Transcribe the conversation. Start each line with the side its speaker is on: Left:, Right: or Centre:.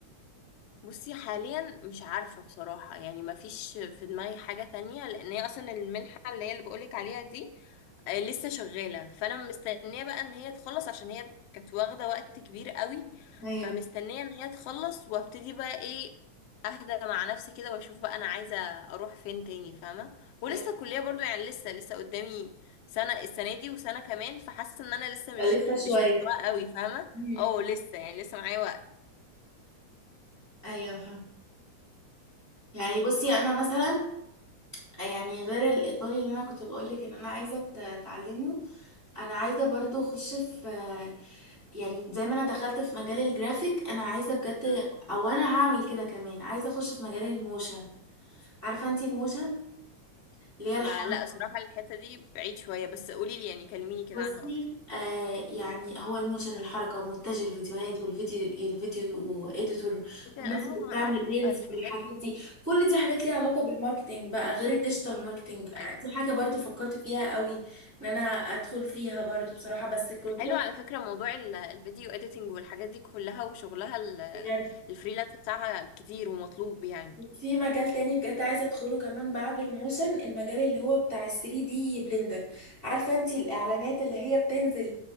Left: بصي حاليا مش عارفة بصراحة يعني ما فيش في دماغي حاجة تانية لان هي اصلا المنحة اللي هي اللي بقولك عليها دي آه، لسه شغالة فانا مستنية بقى ان هي تخلص عشان هي كانت واخدة وقت كبير قوي
Centre: ايوه
Left: فمستنية ان هي تخلص وابتدي بقى ايه اهدى مع نفسي كده واشوف بقى انا عايزة اروح فين تاني فاهمة ولسه
Centre: أيوة.
Left: الكلية برضو يعني لسه لسه قدامي سنة السنة دي وسنة كمان فحاسة ان انا لسه
Centre: لسه
Left: مش
Centre: شوية
Left: مش مسلوقة قوي فاهمة
Centre: مم.
Left: اه لسه يعني لسه معايا وقت
Centre: ايوه فاهمة. يعني بصي انا مثلا يعني غير الايطالي اللي انا كنت بقولك ان انا عايزه أت- اتعلمه انا عايزه برضو اخش في يعني زي ما انا دخلت في مجال الجرافيك انا عايزه بجد
Left: بس
Centre: او انا هعمل كده كمان عايزه اخش في مجال الموشن عارفه انتي الموشن اللي هي الحركه
Left: ما لا صراحة الحتة دي بعيد شوية بس قولي لي يعني كلميني كده
Centre: بصي
Left: عنها اكتر
Centre: آه يعني هو الموشن الحركة مونتاج الفيديوهات والفيديو الفيديو اديتور
Left: ايه ده
Centre: والناس
Left: اه
Centre: اللي بتعمل
Left: عارفة
Centre: ريلز
Left: الحاجات
Centre: والحاجات
Left: دي
Centre: دي كل دي حاجات ليها علاقة بالماركتينج بقى غير الديجيتال ماركتينج
Left: ايوه
Centre: دي حاجة برضو فكرت فيها قوي ان انا ادخل فيها برضو بصراحة بس كنت
Left: حلو
Centre: رحت
Left: على فكرة موضوع ال- الفيديو اديتنج والحاجات دي كلها وشغلها ال-
Centre: بجد
Left: الفريلانس بتاعها كتير ومطلوب يعني
Centre: في مجال تاني بجد عايزة ادخله كمان بعد الموشن المجال اللي هو بتاع ال 3 دي بلندر عارفة انتي الاعلانات اللي هي بتنزل